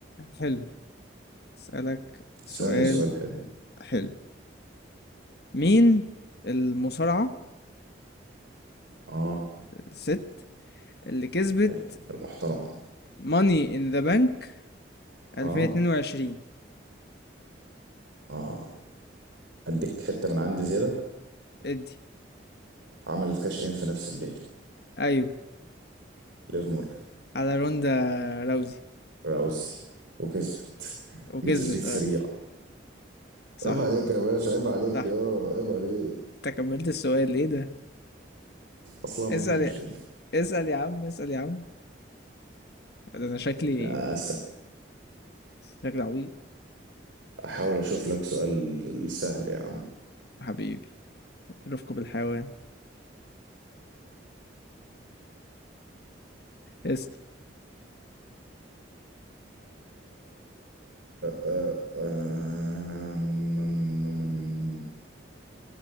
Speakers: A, on the left (about 55°); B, on the right (about 80°).
A: حلو اسألك سؤال
B: اسألني سؤال حلو
A: حلو مين المصارعة
B: اه
A: الست اللي كسبت
B: ايوه المحترمة
A: ماني ان ذا بانك 2022
B: اه اه اديك حتة من عندي زيادة
A: ادي
B: عملت كاش ان في نفس الليلة
A: ايوه
B: ليف مورجان
A: على روندا راوزي
B: راوسي وكسبت
A: وكسبت
B: بتثبيت سريع
A: اه صح
B: عيب عليك يا باشا عيب عليك
A: صح
B: يا عيب عليك
A: انت كملت السؤال ايه ده
B: اصلها مهنة
A: اسأل
B: مش دين
A: اسأل يا عم اسأل يا عم ده انا شكلي
B: يا أسا
A: شكلي عبيط
B: احاول اشوف لك سؤال سهل يا عم <laughs>
A: حبيبي رفقة بالحيوان اسأل
B: آه، آه، م- م- م-